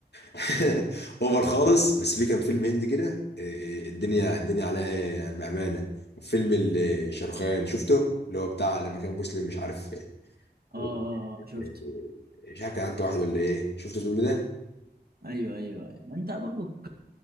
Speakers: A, on the left (about 70°); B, on the right (about 60°).
A: <laughs> اوفر خالص بس في كام فيلم هندي كده آه، آه، الدنيا الدنيا عليه يعني بامانه فيلم ال- آه، شاروخان شفته اللي هو بتاع لما كان مسلم مش عارف آه،
B: اه اه
A: آه،
B: اه شفت
A: آه، مش عارف كان عنده واحد ولا ايه شفت الفيلم ده؟
B: ايوه ايوه ايوه ما انت برضك